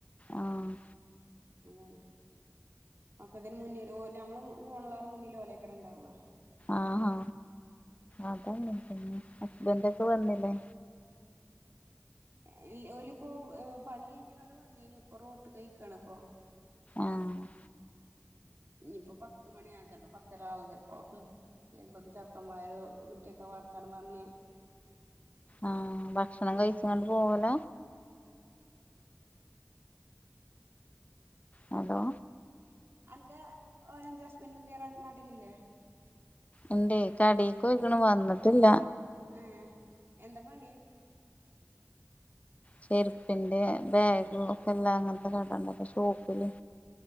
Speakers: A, on the left; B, on the right.
A: ആഹ്
B: അങ്ങനെ ഒക്കെ ഇതിന് മുന്നെ <unintelligible> നമ്മള് <unintelligible> ഉണ്ടാവുവ
A: ആഹാ അതങ്ങനെ പിന്നെ ഹസ്ബൻഡ് ഒക്കെ വന്നില്ലേ
B: ഇൽ ഓലിപ്പോ പണി കഴിഞ്ഞേങ്ങാട് വന്നേനു ഇപ്പൊ റൂട്ട് കഴിക്കാണ് ഇപ്പൊ <inaudible>
A: ആഹ്
B: ഇനിയിപ്പോ പത്ത് മണിയ ചെലപ്പോ പത്തര ആകും ചെലപ്പോ ഉം ഇതിന് ഉമ്പൊക്കെ ചെറുക്കന്മാര് - കുറ്റിയൊക്കെ വർത്താനം വന്ന്
A: ആഹ ഭക്ഷണം കഴിക്കാണ്ട് പോവല ഹലോ
B: ആന്റയ് ഓന എന്ത് <unintelligible> ഹസ്ബന്ഡ എ നാട്ടിലില്ലേ
A: എന്റെ കടേയ്ക്ക നിക്ക്‌ണു വന്നിട്ടില്ല
B: ആ ഏ എന്താ പണി
A: ചെരുപ്പിന്റെ ബാഗ ഒക്കെ എല്ലാം അങ്ങനത്തെ കടണ്ടക്ക ഷോപ്പില്